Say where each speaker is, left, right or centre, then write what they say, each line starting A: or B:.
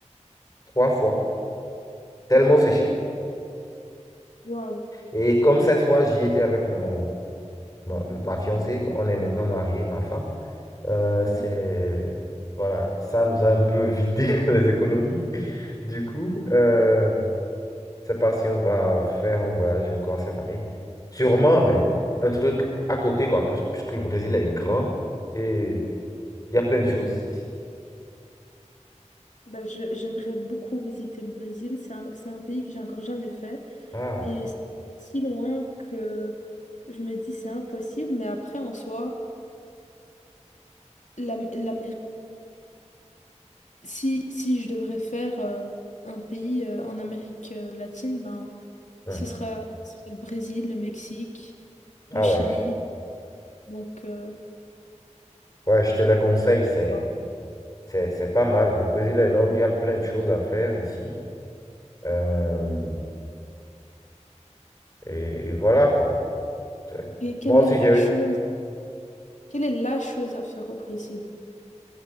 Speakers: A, on the left (about 25°); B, on the left (about 80°).
A: trois fois, tellement c'est cher.
B: Waouh.
A: Et comme cette fois, j'y étais avec mon, ma, ma fiancée, on est maintenant mariés, ma femme, euh, c'est,
B: Waouh.
A: voilà, ça nous a un peu vidé <laughs> les économies. Du coup, euh, je sais pas si on va faire un voyage encore cette année. Sûrement, mais un truc à côté, quoi, puis- puisque le Brésil est grand et il y a plein de choses ici.
B: Ben, je- j'aimerais beaucoup visiter le Brésil. C'est un, c'est un pays que j'ai encore jamais fait.
A: Ah,
B: Et c'est si loin que je me dis c'est impossible. Mais après, en soi, la, la, Si, si je devrais faire euh, un pays euh, en Amérique euh, latine, ben,
A: hum.
B: ce sera, ce sera le Brésil, le Mexique, le
A: Ah
B: Chili.
A: ouais,
B: Donc, euh,
A: ouais, je te le conseille, c'est,
B: voilà.
A: c'est, c'est pas mal. Le Brésil est énorme, il y a plein de choses à faire ici. Euh, Et, et voilà, quoi. C'est-
B: et quelle
A: Moi aussi,
B: est la
A: j'ai...
B: chose, quelle est la chose à faire au Brésil?